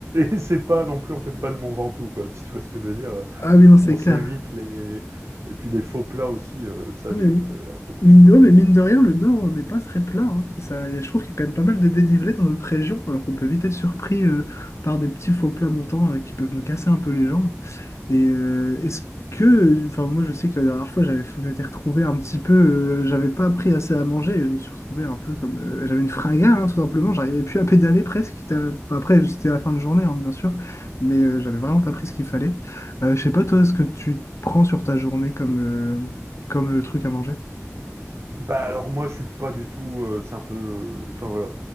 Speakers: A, on the right; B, on the left.
A: et c'est pas non plus on fait pas le Mont Ventoux quoi, si tu vois ce que je veux dire, euh,
B: ah oui, non, c'est
A: on s'évite
B: clair.
A: les et puis les faux plats aussi, heu, ça
B: Ah,
A: j'évite,
B: mais,
A: heu, à tout prix
B: mine
A: quoi.
B: de, ouais, mais mine de rien, le Nord n'est pas très plat. hein. Et ça, et je trouve qu'il y a quand même pas mal de dénivelé dans notre région, alors qu'on peut vite être surpris euh, par des petits faux plats montants euh, qui peuvent nous casser un peu les jambes. Et euh, est-ce que, enfin moi je sais que la dernière fois j'avais j'étais retrouvé un petit peu, euh, j'avais pas appris assez à manger et je me suis retrouvé un peu comme, euh, j'avais une fringale hein, tout simplement, j'arrivais plus à pédaler presque. C'était à- Après c'était à la fin de journée hein, bien sûr, mais euh, j'avais vraiment pas pris ce qu'il fallait. Euh, je sais pas toi ce que tu prends sur ta journée comme euh, comme euh, truc à manger.
A: Bah, alors moi je suis pas du tout, heu, c'est un peu, heu, enfin voilà,